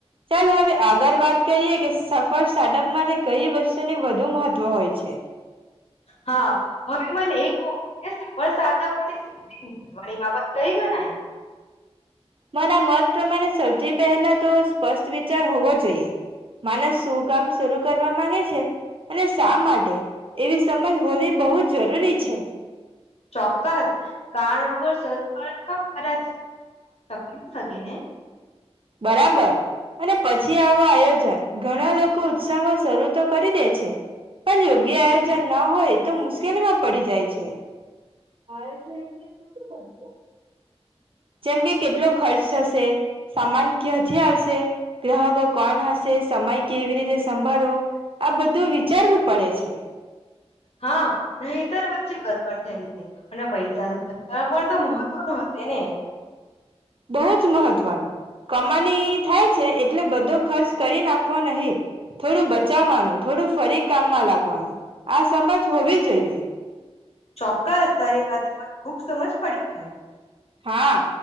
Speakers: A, on the right (about 55°); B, on the left (about 65°).
A: ચાલ હવે આગળ વાત કરીએ કે સફળ સ્ટાર્ટ અપ માટે કંઈ તને વધુ મહત્વ હોય છે.
B: હા હવે મને એ કહો, સફળ સ્ટાર્ટ અપ માટે સૌથી મહત્વની બાબત કઈ ગણાય.
A: મારા મત પ્રમાણે સૌથી પહેલા તો સ્પષ્ટ વિચાર હોવો જોઈએ માણસ શું કામ શરૂ કરવા માંગે છે, અને શા માટે? એવી સમજ હોવી બહુ જ જરૂરી છે.
B: ચોક્કસ કારણ વગર સહકાર <inaudible> શકે ને.
A: બરાબર અને પછી આવો આયોજન ઘણા લોક કો ઉત્સાહમાં શરૂ તો કરી દે છે પણ યોગ્ય આયોજન ના હોય તો મુશ્કેલીમાં પડી જાય છે. આયોજન એટલે શું શું કરવું. જેમ કે કેટલો ખર્ચ થશે. સામાન ક્યાથી આવશે, ગ્રાહકો કોણ હશે, સમય કેવી રીતે સંબરો આ બધું વિચારવું પડે છે.
B: હા નયતર વચ્ચે ગડબડ થઈ જાય અને પૈસા ન સંચાલન પણ તો મહત્વ ન હશે ને.
A: બહુ જ મહત્વનો. કમાની થાય છે એટલે બધો ખર્ચ કરી નાખવો નહીં થોડું બચાવવાનું થોડું ફરી કામમાં લાગવાનું આ સમજ હોવી જોઈએ.
B: ચોક્કસ તારી વાત મને ખુબ સમજ પડી છે.
A: હા